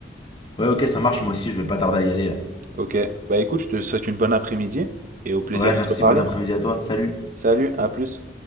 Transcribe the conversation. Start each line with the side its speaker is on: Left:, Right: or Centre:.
Left: Ouais, ok, ça marche, moi aussi, je vais pas tarder à y aller là.
Right: OK. Bah, écoute, je te souhaite une bonne après-midi et au plaisir
Left: Ouais,
Right: de
Left: merci,
Right: te reparler,
Left: bon après-midi
Right: hein.
Left: à toi, salut.
Right: Salut, à plus.